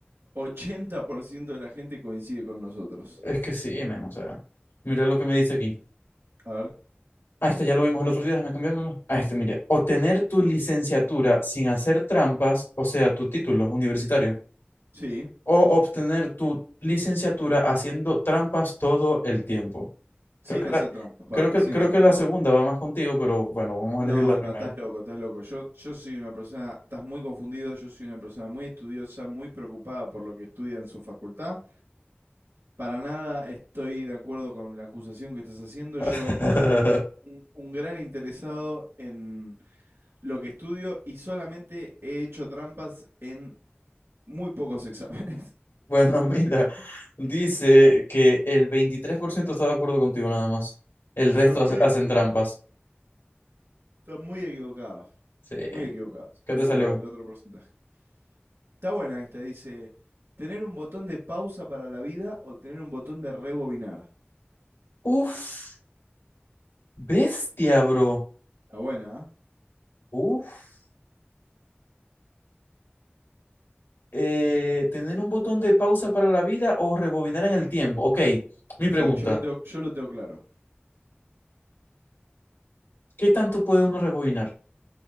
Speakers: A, on the right; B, on the left.
A: 80% de la gente coincide con nosotros.
B: Es que sí, men, o sea, mira lo que me dice aquí.
A: A ver,
B: Ah, este ya lo vimos el otro día, déjame cambiármelo. Ah, este, mire, obtener tu licenciatura sin hacer trampas, o sea, tu título universitario
A: sí,
B: o obtener tu licenciatura haciendo trampas todo el tiempo.
A: sin
B: Creo que
A: hacer
B: la,
A: trampas, papi,
B: creo que,
A: sin
B: creo
A: hacer
B: que
A: trampas.
B: la segunda va más contigo, pero bueno, vamos
A: No,
B: a elegir la primera.
A: no, estás loco, estás loco. Yo, yo soy una persona, estás muy confundido, yo soy una persona muy estudiosa, muy preocupada por lo que estudia en su facultad. Para nada estoy de acuerdo con la acusación que estás haciendo. Yo
B: <laughs>
A: soy un, un- un gran interesado en lo que estudio y solamente he hecho trampas en muy pocos exámenes. <laughs>
B: Bueno, mira, dice que el 23% está de acuerdo contigo nada más. El resto
A: Estás
B: hace-
A: muy
B: hacen
A: equivo-
B: trampas.
A: estás muy equivocados,
B: Sí.
A: muy equivocados.
B: ¿Qué
A: El
B: te
A: otro,
B: salió?
A: el otro porcentaje. Está buena esta, dice, ¿tener un botón de pausa para la vida o tener un botón de rebobinar?
B: Uf, bestia, bro.
A: Está buena, ¿ah?
B: Uf. Eh, ¿tener un botón de pausa para la vida o rebobinar en el tiempo? Ok, mi pregunta,
A: Sí. Yo lo tengo, yo lo tengo claro.
B: ¿qué tanto puede uno rebobinar?